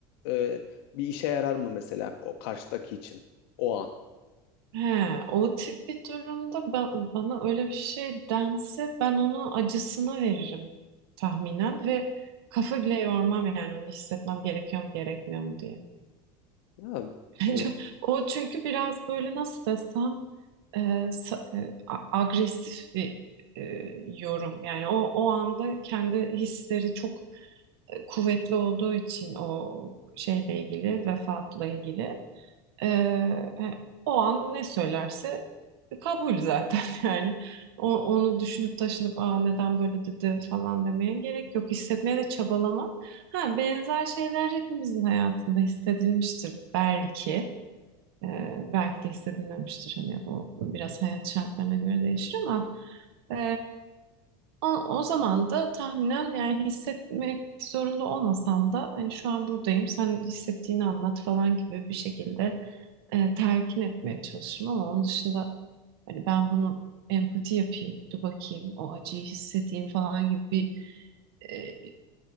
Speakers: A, on the left; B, on the right.
A: e, bir işe yarar mı mesela o karşıdaki için o an?
B: He, o tip bir durumda ba- bana öyle bir şey dense ben onu acısına veririm tahminen ve kafa bile yormam yani onu hissetmem gerekiyor mu gerekmiyor mu diye.
A: Ya,
B: <laughs> Bence
A: e,
B: O çünkü biraz böyle nasıl desem e, sa- e, a- agresif bir e, yorum. Yani o o anda kendi hisleri çok e, kuvvetli olduğu için o şeyle ilgili, vefatla ilgili e, e, o an ne söylerse kabul zaten <laughs> yani. O- onu düşünüp taşınıp Aa, neden böyle dedi falan demeye gerek yok. Hissetmeye de çabalamam. Ha, benzer şeyler hepimizin hayatında hissedilmiştir belki. Ee, belki de hissedilmemiştir hani o biraz hayat şartlarına göre değişir ama e, o, o zaman da tahminen yani hissetmek zorunda olmasam da hani şu an buradayım sen hissettiğini anlat falan gibi bir şekilde e, telkin etmeye çalışırım ama onun dışında hani ben bunu empati yapayım, dur bakayım o acıyı hissedeyim falan gibi bir e,